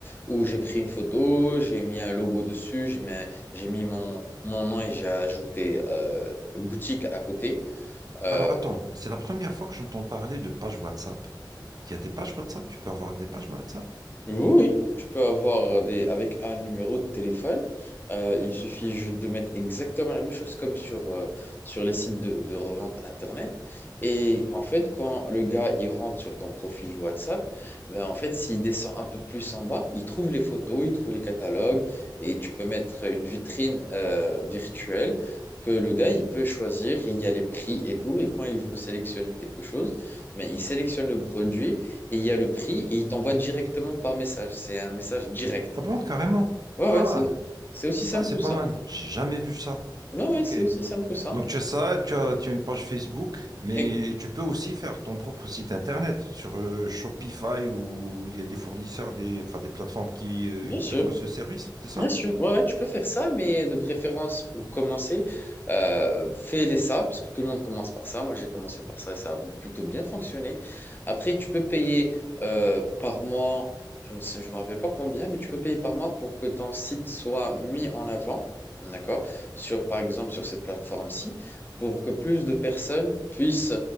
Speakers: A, on the left; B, on the right.
A: où j'ai pris une photo, j'ai mis un logo dessus, j'ai mis, un- j'ai mis mon, mon nom et j'ai ajouté euh, boutique à côté. euh,
B: Alors attends, c'est la première fois que j'entends parler de page WhatsApp. Il y a des pages WhatsApp? Tu peux avoir des pages WhatsApp?
A: Oui, oui, tu peux avoir des avec un numéro de téléphone. euh, il suffit juste de mettre exactement la même chose comme sur, euh, sur les sites de, de revente Internet. Et en fait, quand le gars il rentre sur ton profil WhatsApp, ben en fait, s'il descend un peu plus en bas, il trouve les photos, il trouve les catalogues et tu peux mettre une vitrine euh, virtuelle que le gars il peut choisir. Et Il y a les prix et tout. Et quand il veut sélectionner quelque chose, mais il sélectionne le produit et il y a le prix, et il t'envoie directement par message. C'est un message direct.
B: Ah bon, carrément.
A: Ouais,
B: Ah,
A: ouais, c'est c'est aussi simple
B: ça c'est
A: que
B: pas
A: ça.
B: mal. J'ai jamais vu ça.
A: Non, ouais,
B: Ok.
A: c'est aussi simple que ça.
B: Donc tu as ça, tu as, tu as une page Facebook, mais
A: Et-
B: et tu peux aussi faire ton propre site internet sur euh, Shopify ou il y a des fournisseurs, des, enfin, des plateformes qui, euh,
A: Bien sûr.
B: qui offrent ce service, c'est ça?
A: Bien sûr, ouais, ouais, tu peux faire ça, mais de préférence pour commencer, euh, fais-les ça, parce que tout le monde commence par ça. Moi, j'ai commencé par ça et ça a plutôt bien fonctionné. Après, tu peux payer euh, par mois, je ne sais, je me rappelle pas combien, mais tu peux payer par mois pour que ton site soit mis en avant, d'accord? Sur, par exemple, sur cette plateforme-ci, pour que plus de personnes puissent